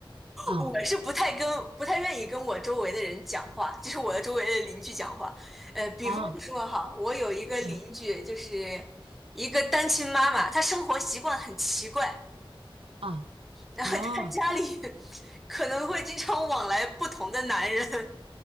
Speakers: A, on the right; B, in the centre.
A: 啊
B: 我是不太跟不太愿意跟我周围的人讲话，就是我的周围的邻居讲话。呃，比方说哈，
A: 啊
B: 我有一个邻居，
A: 啊
B: 就是一个单亲妈妈，她生活习惯很奇怪，
A: 啊
B: 然后她家里
A: 啊
B: 可能会经常往来不同的男人，